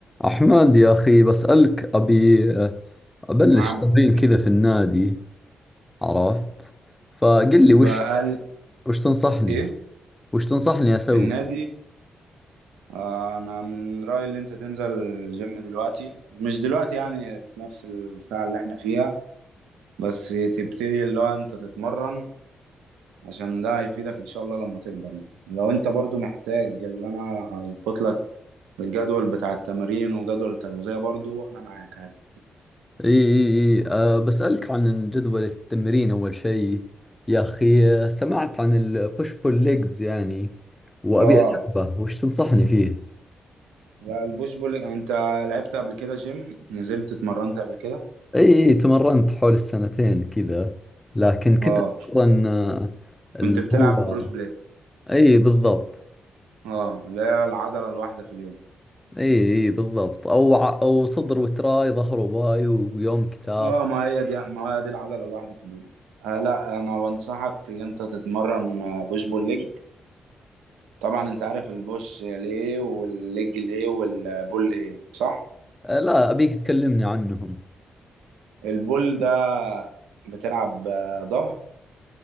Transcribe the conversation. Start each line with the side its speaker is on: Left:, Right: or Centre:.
Left: أحمد يا أخي بسألك أبي آه، أبلش
Right: عامل
Left: تمرين
Right: ايه
Left: كذا في النادي عرفت فقل لي
Right: بقالي
Left: وش وش تنصحني
Right: ايه
Left: وش تنصحني أسوي
Right: في النادي آه انا من رأيي اللي انت تنزل الجيم دلوقتي مش دلوقتي يعني في نفس الساعة اللي احنا فيها بس تبتدي اللي هو انت تتمرن عشان ده هيفيدك ان شاء الله لما تكبر يعني. لو انت برضو محتاج اللي انا هظبط لك الجدول بتاع التمارين وجدول التغذية برضو انا معاك عادي
Left: إي إي إي أه بسألك عن جدول التمرين أول شيء يا أخي أه، سمعت عن البوش بول ليجز يعني وأبي
Right: اه
Left: أجربه وش تنصحني فيه
Right: لا البوش بول انت لعبت قبل كده جيم نزلت اتمرنت قبل كده
Left: إي إي تمرنت حول السنتين كذا لكن كنت
Right: اه
Left: أتمرن أه، اللي
Right: كنت بتلعب
Left: هو
Right: بروس بليت
Left: إي بالضبط
Right: اه اللي هي العضلة الواحدة في اليوم
Left: اي اي بالضبط او ع... او صدر وتراي ظهر وباي ويوم كتاف
Right: اه ما هي دي ما هي دي العضلة الواحدة في اليوم آه لا انا بنصحك ان انت تتمرن آه، بوش بول ليج طبعا انت عارف البوش ليه والليج ليه والبول ليه صح
Left: آه، لا ابيك تكلمني عنهم
Right: البول ده بتلعب آه، ظهر